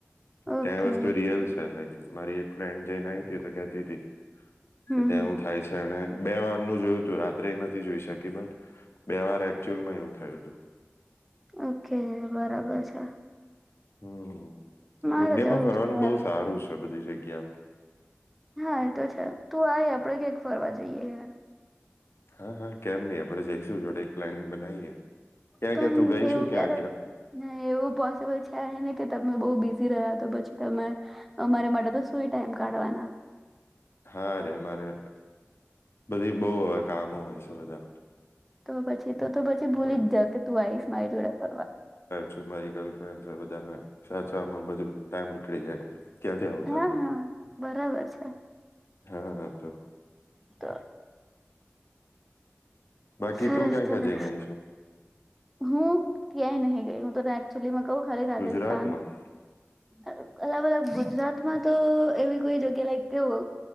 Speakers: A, in the centre; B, on the left.
A: ઓકે
B: ત્યાં વસ્તુ રિયલ છે. લાઈક મારી ફ્રેન્ડ જઈને આઈ તી તો કેતી હતી.
A: હમ
B: ત્યાં
A: હમ
B: એવું થાય છે અને બે વારનું જોયું તું રાત્રે એ નથી જોઈ શકી બટ બે વાર એકચુઅલમાં એવું થયું તું.
A: ઓકે બરાબર છે.
B: હમ્મ.
A: મારે
B: તો ઇન્ડિયામાં
A: જવું
B: ફરવાનું
A: છે યાર
B: બહુ સારું છે બઘી જગ્યા.
A: હા એ તો છે તું આય આપડે ક્યાંક ફરવા જઈએ યાર.
B: હા હા કેમ નહી આપડણે જઈશું જોડે એક પ્લાનિંગ બનાવીએ. ક્યાં
A: પણ
B: ક્યાં તું ગઈ
A: એવું
B: શું
A: ક્યારે
B: ક્યાં ક્યાં
A: એવું પોસિબલ છે ન ને કે તમે બહુ બીજી રહ્યા તો પછી તમે અમારે માટે તો સુુંઈ ટાઈમ કાઢવાના
B: હા રે મારે બધી બહુ આ કામો હોય છે બધા.
A: તો પછી તો તો પછી ભૂલી
B: તો
A: જ જાઉં કે તું આઈશ મારી જોડે ફરવા.
B: છુ મારી ગર્લફ્રેન્ડ છે બધાને સાચવામાં બધું ટાઈમ નીકળી જાય. ક્યાંથી આવતા
A: હા
B: જો
A: હા બરાબર છે.
B: હા હા તો
A: તો
B: બાકી
A: સરસ
B: તું ક્યાં
A: સરસ
B: ક્યાં જઈને આઈછુ?
A: હું ક્યાંય નહી ગઈ. હું તને એકચુઅલીમાં કહુ ખાલી રાજસ્થાન
B: ગુજરાતમાં
A: અલગ-અલગ. ગુજરાતમાં તો એવી કોઈ જગ્યા લાઈક કેવો.